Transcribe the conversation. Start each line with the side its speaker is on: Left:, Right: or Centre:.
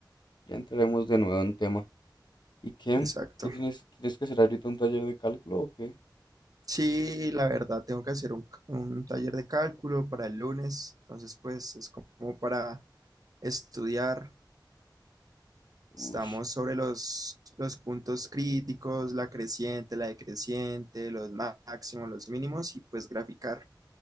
Left: ya entraremos de nuevo en tema. ¿Y qué?
Right: Exacto.
Left: ¿Qué tienes? ¿Tienes que hacer ahorita un taller de cálculo o qué?
Right: Sí, la verdad, tengo que hacer un, un taller de cálculo para el lunes. Entonces, pues es como para estudiar. Estamos
Left: Uy,
Right: sobre los, los puntos críticos, la creciente, la decreciente, los máximos, los mínimos y pues graficar.